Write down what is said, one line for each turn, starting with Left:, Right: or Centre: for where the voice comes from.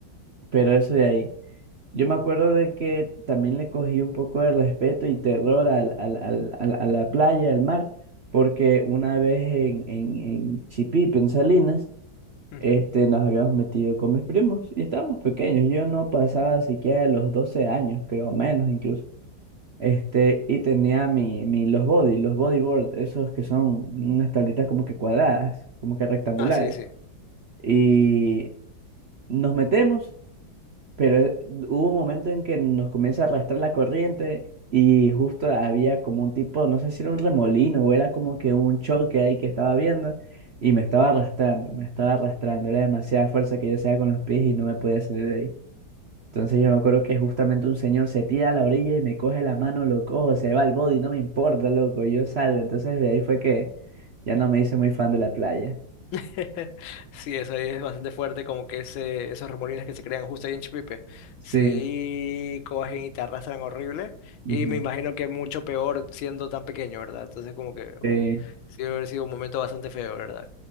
Right: Pero eso de ahí. Yo me acuerdo de que también le cogí un poco de respeto y terror al, al- al- al- a la playa, al mar, porque una vez en, en, en Chipipe, en Salinas,
Left: ujú.
Right: este, nos habíamos metido con mis primos y estábamos pequeños. Yo no pasaba siquiera de los 12 años, creo, menos incluso. Este, y tenía mi, mi, los body, los bodyboard, esos que son unas tablitas como que cuadradas, como que rectangulares.
Left: Ah, sí, sí.
Right: Y nos metemos. Pero eh, hubo un momento en que nos comienza a arrastrar la corriente y justo había como un tipo, no sé si era un remolino o era como que un choque ahí que estaba viendo y me estaba arrastrando, me estaba arrastrando. Era demasiada fuerza que yo hacía con los pies y no me podía salir de ahí. Entonces yo me acuerdo que justamente un señor se tira a la orilla y me coge la mano, lo cojo, se va al body, no me importa, loco, yo salgo. Entonces de ahí fue que ya no me hice muy fan de la playa.
Left: <laughs> Sí, eso ahí es bastante fuerte, como que ese, esos remolines que se crean justo ahí en Chipipe.
Right: Sí.
Left: Sí, cogen y te arrastran horrible.
Right: ujú.
Left: Y me imagino que mucho peor siendo tan pequeño, ¿verdad? Entonces como que
Right: Sí.
Left: uh, sí debe haber sido un momento bastante feo, ¿verdad?